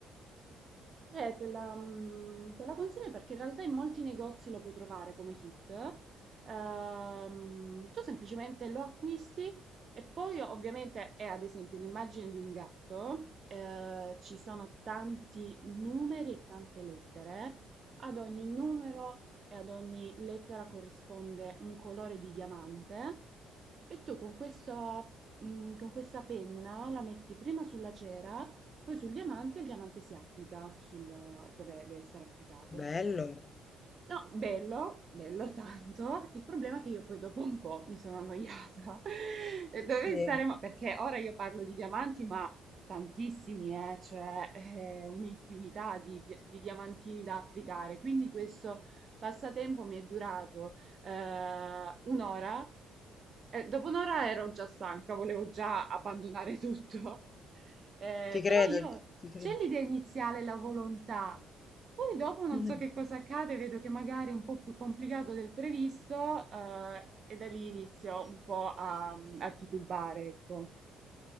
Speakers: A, on the right; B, on the left.
A: Eh, te la, mm, te la consiglio perché in realtà in molti negozi lo puoi trovare come kit. Ehm, tu semplicemente lo acquisti e poi ovviamente è ad esempio l'immagine di un gatto, eh, ci sono tanti numeri e tante lettere, ad ogni numero e ad ogni lettera corrisponde un colore di diamante e tu con questo, mm, con questa penna la metti prima sulla cera poi sul diamante, il diamante si applica sul, dove deve essere applicato.
B: Bello.
A: No, bello, bello tanto. Il problema è che io poi dopo un po' mi sono annoiata. <laughs> E dove
B: Sì.
A: saremo? Perché ora io parlo di diamanti, ma tantissimi, eh, cioè eh, un'infinità di, di- di diamantini da applicare. Quindi questo passatempo mi è durato eh, un'ora eh, dopo un'ora ero già stanca, volevo già abbandonare tutto. <laughs> Eh,
B: Ti credo,
A: però io
B: ti credo.
A: c'è l'idea iniziale, la volontà. Poi dopo non
B: Mh-mh.
A: so che cosa accade, vedo che magari è un po' più complicato del previsto, eh, e da lì inizio un po' a, a titubare, ecco.